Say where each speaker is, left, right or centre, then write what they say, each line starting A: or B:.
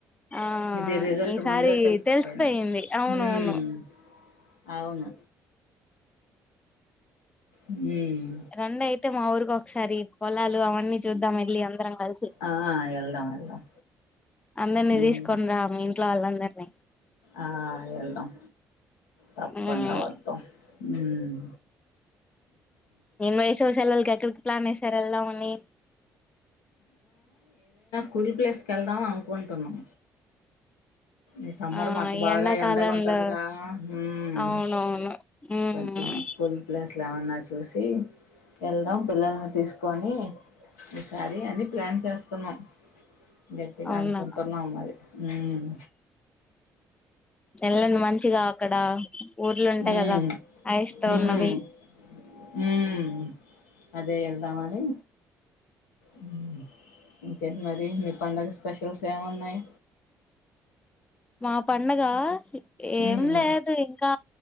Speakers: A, on the left; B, on the left.
A: ఆ
B: ఇది రిజల్ట్
A: ఈసారీ
B: ముందే తెలిసిపోయింది
A: తెల్సిపెయింది అవునవును.
B: ఉమ్, అవును. ఉమ్,
A: రండైతె మా ఊరికో సరీ పొలాలు అవన్నీ చూద్దాం ఎల్లి అందరం. కలిసి
B: ఆ యెల్దాం ఎల్దాం
A: అందరినీ
B: హ్మ్
A: తీసుకొని రా మీ ఇంట్లో వాళ్ళందరినీ
B: ఆ యెల్దాం తప్పుకుండ
A: ఉమ్
B: వత్తం. హ్మ్మ్
A: ఈ మైసవి సెలవులకి ఎక్కడి ప్లానేసారు ఎల్దావని.
B: కుల్ ప్లేస్ కెల్దాం అనుకుంటున్నాం. ఈ సమ్మర్
A: ఆ
B: మాకు
A: ఈ
B: బాగా
A: ఎండాకాలంలో
B: ఎండగ ఉంటదిగా హ్మ్
A: అవునవును ఉమ్
B: కొంచెం కూల్ ప్లేస్ ట్లేవన్నా చూసీ. ఎల్దాం పిల్లల్ని తీస్క్ కొనీ. ఈసారి అది ప్లాన్ చేస్తున్నాం. గట్టిగా
A: అవునా
B: అనుకుంటున్నాం మరి. హ్మ్మ్
A: ఎల్లండి మంచిగా అక్కడ ఊర్లు ఉంటాయి
B: హ్మ్
A: కదా ఐస్ తో
B: హ్మ్
A: ఉన్నవి
B: హ్మ్మ్ అదే ఎల్దావనీ. హ్మ్ ఇకేంటి మరి మీ పండగ స్పెషల్స్ ఏవున్నాయి?
A: మా పండగా
B: ఉమ్
A: ఏంలేదు ఇంకా